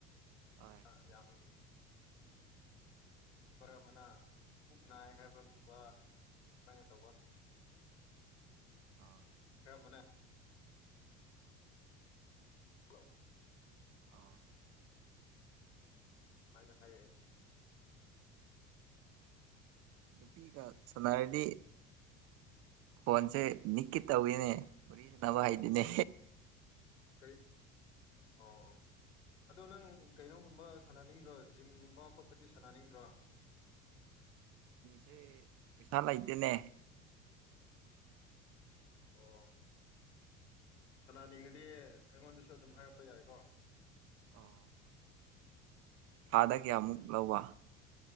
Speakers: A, on the right (about 45°); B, on the left (about 75°).
A: ꯍꯣꯏ
B: ꯑ ꯌꯥꯝ ꯄꯔ ꯑꯃꯅ ꯄꯨꯛ ꯅꯥꯏ ꯍꯥꯏꯕꯒꯨꯝꯕ ꯃꯥꯏꯅ ꯇꯧꯕ
A: ꯑꯣ
B: ꯈꯔ ꯃꯅꯥ ꯍꯜꯂꯣ
A: ꯑꯥ
B: ꯃꯥꯏꯅ ꯍꯥꯏꯔꯦ
A: ꯅꯨꯄꯤꯒ ꯁꯥꯟꯅꯔꯗꯤ ꯐꯣꯟꯁꯦ ꯅꯤꯛꯀꯤ ꯇꯧꯏꯅꯦ ꯃꯔꯤ ꯁꯦꯅꯕ ꯍꯥꯏꯗꯤꯅꯦ
B: ꯀꯔꯤ ꯑꯣ ꯑꯗꯣ ꯅꯪ ꯀꯩꯅꯣꯒꯨꯝꯕ ꯁꯥꯟꯅꯅꯤꯡꯗ꯭ꯔꯣ ꯖꯤꯝꯒꯨꯝꯕ ꯈꯣꯠꯄꯗꯤ ꯁꯥꯟꯅꯅꯤꯡꯗ꯭ꯔꯣ
A: ꯁꯦ ꯄꯩꯁꯥ ꯂꯩꯥꯗꯦꯅꯦ
B: ꯑꯣ ꯁꯅꯥꯅꯤꯡꯉꯗꯤ ꯑꯩꯉꯣꯟꯗꯁꯨ ꯑꯗꯨꯝ ꯍꯥꯏꯔꯛꯄ ꯌꯥꯏꯀꯣ
A: ꯑꯣ ꯊꯥꯗꯦ ꯀꯌꯥꯃꯨꯛ ꯂꯧꯕ